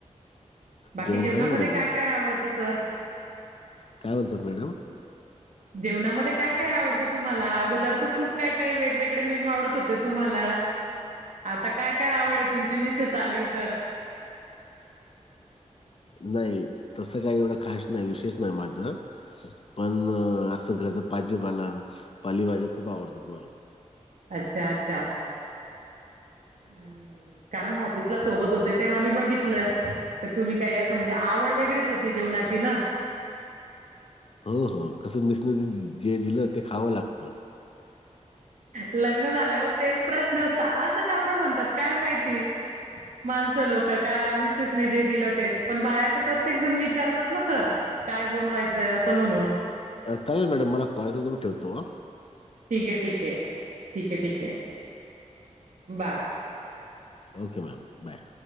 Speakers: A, on the right; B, on the left.
A: बाकी
B: जेवण
A: जेवणामध्ये
B: झालं मॅडम
A: काय
B: तुमचं?
A: काय आवडतं सर?
B: काय बोलतात मॅडम?
A: जेवणामध्ये काय काय आवडत तुम्हाला? अगोदर तर खूप काय काय वेगवेगळे मेनू आवडत होते तुम्हाला. आता काय काय आवड आहे तुमची मिसेस आली तर.
B: नाही तसं काही एवढं खास नाही विशेष नाही माझ. पण असं घरच भाजीपाला पालीभज्या खूप आवडतात मला.
A: अच्छा अच्छा.
B: <inaudible>
A: हम्म. कारण ऑफिसला सोबत होते तेव्हा मी बघितलं. तर तुम्ही काही असं म्हणजे आवड वेगळीच होती जेवणाची ना.
B: हो हो कस मिसेसने जे दिलं ते खावं लागत.
A: लग्न झाल्यावर तेच प्रश्न असतात. असे काबरे म्हणतात काय माहिती. माणसं लोक का मिसेसने जे दिलं तेच पण बाहेर तर प्रत्येक जण विचारतच ना सर. काय बनवायचंय असं म्हणून.
B: आ चालेल मॅडम, मला <unintelligible> मी ठेवतो हा.
A: ठीक आहे ठीक आहे ठीक आहे ठीक आहे बाय.
B: Okay ma'am bye.